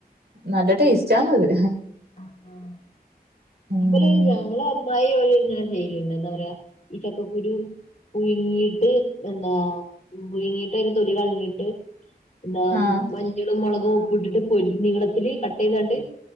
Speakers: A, on the right; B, on the left.
A: നല്ല ടേസ്റ്റാന്നത്
B: ആഹ്
A: ഉം
B: നമ്മല് ഞങ്ങള് അമ്മായി ഓരിങ്ങനെ ചെയ്യലിണ്ട് എന്താ പറയാ ഈ ചക്കക്കുരു പുഴുങ്ങീട്ട് എന്താ പുഴുങ്ങീട്ടതിന്റെ തൊലി കളഞ്ഞിട്ട് എന്താ
A: ആഹ്
B: മഞ്ഞളും മുളകും ഉപ്പിട്ടിട്ട് പൊരി നീളത്തില് കട്ടെയ്തട്ട്